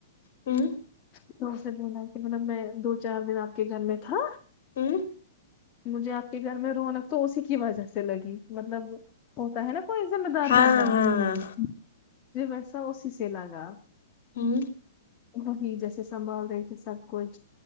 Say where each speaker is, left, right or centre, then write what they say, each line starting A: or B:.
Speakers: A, on the left (about 65°); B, on the left (about 35°).
A: ہوں
B: تو اسنے بولا کہ مطلب میں دو چار دن آپ کے گھر میں تھا
A: ہوں
B: مجھے آپ کے گھر میں رونق تو اسی کی وجہ سے لگی مطلب ہوتا ہے نا کوئی ذمہ دار
A: ہاں
B: بندہ
A: ہاں
B: مجھے ویسا اسی سے لگا
A: ہوں
B: وہی جیسے سنبھال رہی تھی سب کچھ